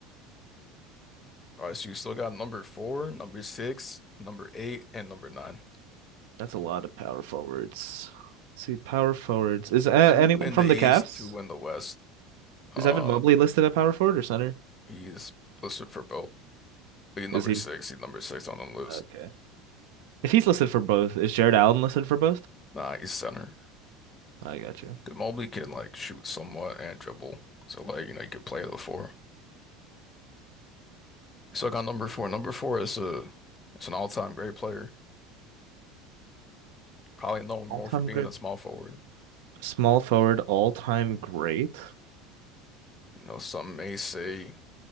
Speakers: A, on the left; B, on the right.
A: All right, so you still got number four, number six, number eight, and number nine.
B: That's a lot of power forwards. Let's see, power forwards. Is uh, anyone
A: Two in
B: from
A: the East,
B: the Cavs?
A: two in the West. Uh,
B: Is Evan Mobley listed at power forward or center?
A: he's listed for both. But he's number
B: Is he?
A: six. He's number six on the list.
B: Okay. If he's listed for both, is Jared Allen listed for both?
A: Nah, he's center.
B: I got you.
A: 'Cause Mobley can like shoot somewhat and dribble. So like, you know, you can play the four. So I got number four. Number four is a it's an all-time great player. Probably known more
B: All-time
A: for being
B: great.
A: a small forward.
B: Small forward, all-time great. <laughs>
A: You know, some may say